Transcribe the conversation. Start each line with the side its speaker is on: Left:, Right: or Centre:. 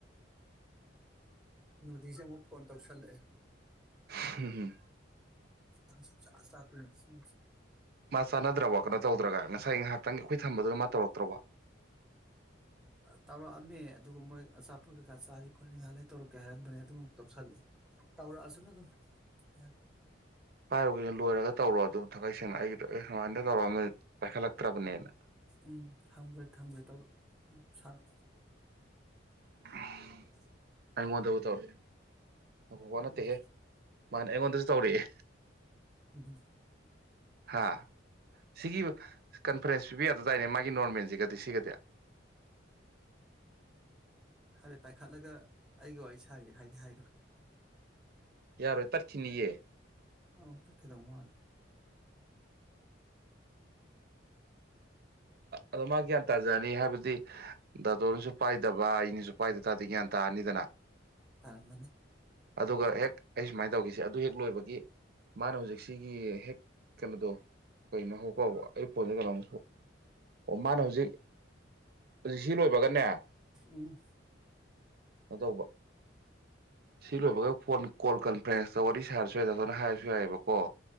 Centre: ꯀꯩꯅꯣꯗꯤꯖꯦ ꯑꯃꯨꯛ ꯐꯣꯟ ꯇꯧꯁꯜꯂꯛꯑꯦ
Right: ꯍꯝ ꯍꯝ
Centre: ꯇꯥꯟ ꯁꯨꯡꯆ ꯆꯗꯔꯦ ꯉꯁꯤ ꯅꯨꯃꯤꯠꯁꯦ
Right: ꯃꯥ ꯆꯥꯟꯅꯗ꯭ꯔꯥꯕꯣ ꯀꯩꯅꯣ ꯇꯧꯗ꯭ꯔꯥꯒ ꯉꯁꯥꯏ ꯉꯥꯏꯍꯥꯛ ꯇꯪ ꯑꯩꯈꯣꯏ ꯊꯝꯕꯗꯨꯅ ꯃꯥ ꯇꯧꯔꯛꯇ꯭ꯔꯥꯕꯣ
Centre: ꯇꯧꯔꯛꯑꯝꯃꯦ ꯑꯗꯨꯒ ꯃꯣꯏ ꯑꯆꯥꯄꯣꯠ ꯀꯩꯀꯥ ꯆꯥꯔꯤ ꯈꯣꯠꯂꯤ ꯉꯍꯥꯟꯩꯂ ꯇꯧꯔꯛꯀꯦ ꯍꯥꯏꯔꯝꯕꯅꯦ ꯑꯗꯨꯃꯨꯛ ꯇꯧꯁꯜꯂꯣ ꯇꯧꯔꯛꯑꯁꯨꯅ ꯑꯗꯨꯝ ꯌꯥꯔ
Right: ꯍꯥꯏꯔꯨꯒꯦ ꯂꯣꯏꯔꯒ ꯇꯧꯔꯣ ꯑꯗꯨ ꯊꯥꯡꯉꯩ ꯁꯦꯡꯅ ꯑꯩ <inaudible> ꯃꯥꯟꯗ ꯇꯧꯔꯛꯑꯝꯗꯤ ꯄꯥꯢꯈꯠꯂꯛ ꯇꯕꯅꯦꯅ
Centre: ꯎꯝ ꯊꯝꯒꯦ ꯊꯝꯒꯦ ꯇꯧꯔꯣ ꯎꯝ ꯁꯥꯅꯣ
Right: <inaudible>
Centre: <inaudible>
Right: ꯑꯩꯉꯣꯟꯗꯕꯨ ꯇꯧꯔꯛꯑꯦ ꯑꯐꯋꯥ ꯅꯠꯇꯦꯍꯦ
Centre: ꯎꯝ
Right: ꯃꯥꯅꯦ ꯑꯩꯉꯣꯟꯗꯖꯨ ꯇꯧꯔꯛꯑꯦ
Centre: <inaudible> ꯎꯝꯎꯝ
Right: ꯍꯥꯥ ꯁꯤꯒꯤ ꯀꯟꯐꯔꯦꯟꯁ ꯄꯤꯕ ꯌꯥꯗꯗꯥꯏꯅꯦ ꯃꯥꯒꯤ ꯅꯣꯔꯃꯦꯜꯁꯤꯒꯗꯤ ꯁꯤꯒꯗꯤ
Centre: ꯍꯥꯟꯅ ꯄꯥꯏꯈꯠꯂꯒ ꯑꯩꯒ ꯋꯥꯔꯤ ꯁꯥꯏꯌꯦ ꯍꯥꯏꯒꯦ ꯍꯥꯏꯒ꯭ꯔꯣ
Right: ꯌꯥꯔꯣꯏ ꯇꯠ ꯈꯤꯅꯤꯌꯦ
Centre: ꯑꯥ ꯇꯠꯈꯤꯗꯧ ꯃꯥꯂꯦ
Right: ꯑꯗꯨ ꯃꯥꯒꯤ ꯒ꯭ꯌꯥꯟ ꯇꯥꯖꯔꯅꯤ ꯍꯥꯏꯕꯗꯤ ꯗꯥꯇꯣꯅꯁꯨ ꯄꯥꯏꯗꯕ ꯑꯩꯅꯁꯨ ꯄꯥꯏꯗ ꯇꯥꯗꯤ ꯒ꯭ꯌꯥꯟ ꯇꯥꯔꯅꯤꯗꯅ
Centre: ꯇꯥꯔꯝꯃꯅꯤ
Right: ꯑꯗꯨꯒ ꯍꯦꯛ ꯑꯩ ꯁꯨꯃꯥꯏꯅ ꯇꯧꯈꯤꯁꯦ ꯑꯗꯨ ꯍꯦꯛ ꯂꯣꯏꯕꯒꯤ ꯃꯥꯅ ꯍꯧꯖꯤꯛꯁꯤꯒꯤ ꯍꯦꯛ ꯀꯩꯅꯣꯗꯣ ꯀꯩꯅꯣ ꯉꯥꯏꯈꯣꯀꯣ ꯑꯩ ꯐꯣꯟꯁꯦ ꯀꯩꯅꯣꯝ ꯃꯅ ꯍꯧꯖꯤꯛ ꯑꯗꯨ ꯁꯤ ꯂꯣꯏꯕꯒꯅꯦ
Centre: ꯎꯝ
Right: ꯀꯩꯅꯣ ꯇꯧꯕ ꯁꯤ ꯂꯣꯏꯕꯒ ꯐꯣꯟ ꯀꯣꯜ ꯀꯟꯐ꯭ꯔꯦꯟꯁꯇ ꯋꯥꯔꯤ ꯁꯥꯔꯁꯨ ꯌꯥꯏ ꯇꯥꯅ ꯍꯥꯏꯔꯁꯨ ꯌꯥꯏꯌꯦꯕꯀꯣ